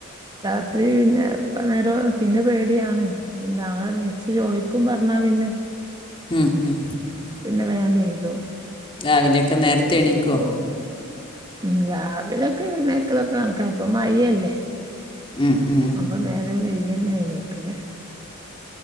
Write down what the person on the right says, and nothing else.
രാത്രി പിന്നെ ഇപ്പ നേര പിന്നെ പേടിയാണ് നാളെ മിസ്സ ചോയിക്കും പറഞ്ഞാ പിന്നെ
പിന്നെ വേഗെയ്തു
ഉം രാവിലൊക്കെ എഴുന്നേൽക്കലൊക്കെ കണക്ക ഇപ്പ മയേല്ലേ
അപ്പൊ നേരം വൈകിയന്നെ എണിക്കല്ല്